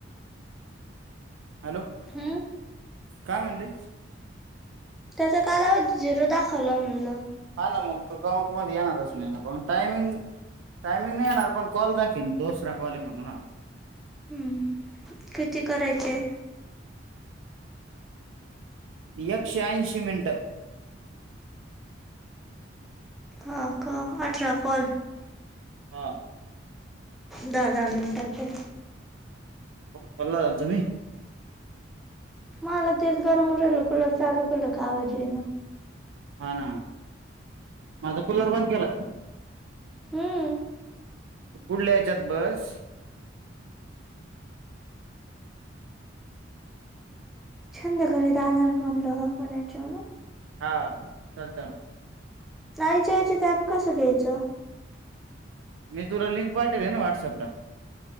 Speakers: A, on the right; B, in the centre.
A: हॅलो
B: हम्म.
A: काय म्हणली.
B: त्याच्या कालावधी झिरो दाखवलं म्हणलं.
A: हा ना मग तु काउंट मध्ये ये ना प टायमिंग. टायमिंग नाही येणार पण कॉल दाखेल दोसरा कॉल म्हणून ना
B: हम्म किती करायचे?
A: एकशे ऐंशी मिनिटं.
B: हा का अठरा कॉल.
A: हा
B: दहा दहा मिनिटांचे.
A: पल्ला झाल तुम्ही.
B: मला तेच गरम उ राहिल कुलर चालू केलं का आवाज येणा.
A: हा ना म त कुलर बंद केेला.
B: हम्म.
A: पुढल्या यायच्यात बस.
B: छंद्या घरी दादाला फोन ला <unintelligible>
A: हा चालत ना.
B: आयच्या याच्या ते ॲप कसं घ्यायचं?
A: मी तुला लिंक पाठेवन व्हॉट्सअपला.